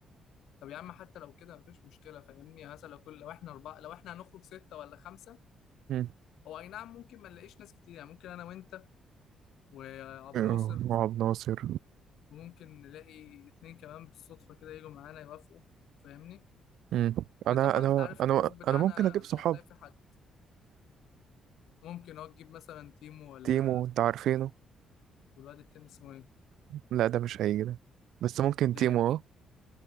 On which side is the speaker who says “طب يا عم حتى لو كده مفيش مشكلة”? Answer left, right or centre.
Left